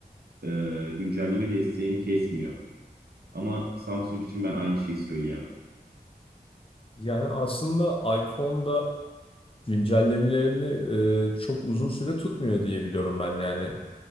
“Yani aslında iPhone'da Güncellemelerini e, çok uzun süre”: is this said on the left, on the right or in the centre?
Left